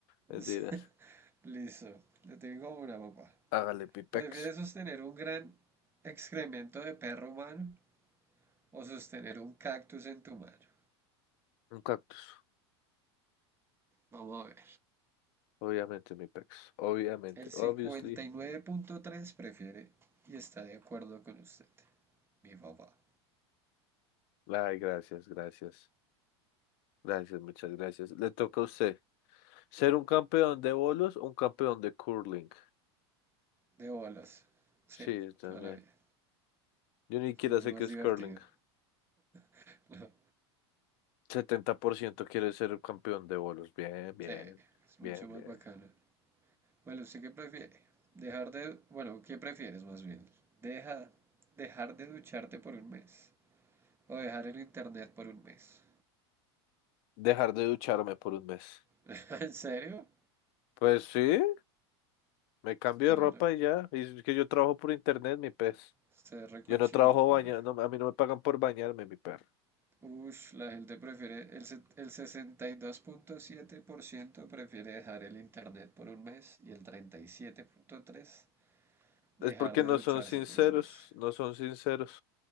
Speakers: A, on the left (about 60°); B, on the right (about 15°).
A: Mentiras.
B: Sí. Listo, le tengo una papá.
A: Hágale mi pex.
B: ¿Prefieres sostener un gran excremento de perro humano o sostener un cactus en tu mano?
A: Un cactus.
B: Vamos a ver.
A: Obviamente mi pex. Obviamente.
B: El 59.3
A: Obviously.
B: prefiere y está de acuerdo con usted. Mi papá.
A: Ay, gracias, gracias. Gracias, muchas gracias. Le toca a usted. ¿Ser un campeón de bolos o un campeón de curling?
B: De bolas. Sí,
A: Sí, yo también.
B: toda la vida.
A: Yo ni siquiera
B: Se me hace
A: sé
B: más
A: qué es
B: divertido.
A: curling.
B: <laughs> No.
A: 70% quiere ser un campeón de bolos. Bien, bien.
B: Sí, es
A: Bien,
B: mucho más
A: bien.
B: bacano. Bueno, ¿usted qué prefiere? Dejar de... Bueno, ¿qué prefieres más bien? Deja... Dejar de ducharte por un mes. O dejar el internet por un mes.
A: Dejar de ducharme por un mes.
B: <laughs> ¿En serio?
A: Pues sí. Me cambio
B: Bueno,
A: de ropa y ya. Y es que yo trabajo por internet, mi pez.
B: usted es recochino.
A: Yo no trabajo
B: Bueno.
A: bañando, a mí no me pagan por bañarme, mi perro.
B: Ush, la gente prefiere, el, se- el sesenta y dos punto siete por ciento prefiere dejar el internet por un mes y el 37.3% dejar
A: Es porque
B: de
A: no
B: ducharse
A: son sinceros,
B: por un mes.
A: no son sinceros.